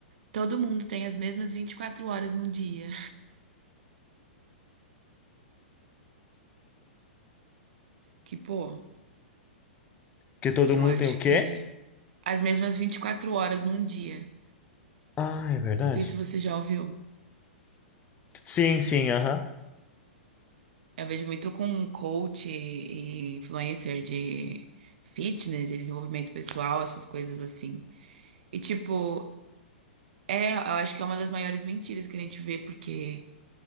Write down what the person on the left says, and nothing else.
que todo
mundo
tem o quê?
Ah, é verdade.
Sim, sim, aham.